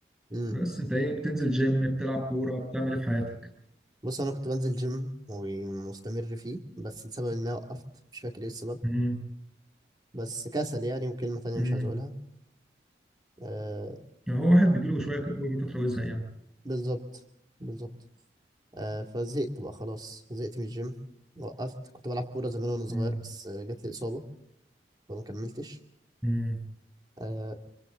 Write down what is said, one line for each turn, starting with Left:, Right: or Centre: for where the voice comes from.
Right: امم
Centre: بس انت ايه بتنزل جيم بتلعب كوره بتعمل ايه في حياتك
Right: بص أنا كنت بنزل جيم ومستمر فيه بس لسبب ما وقفت مش فاكر إيه السبب
Centre: امم
Right: بس كسل يعني وكلمة تانية
Centre: امم
Right: مش عايز أقولها آه،
Centre: هو واحد بيجي له شويه كده ويجي فتره ويزهق يعني
Right: بالظبط بالظبط آه فزهقت بقى خلاص زهقت من الجيم وقفت كنت بلعب كورة زمان وأنا صغير
Centre: امم
Right: بس آه، جات لي إصابة فما كملتش
Centre: امم
Right: آه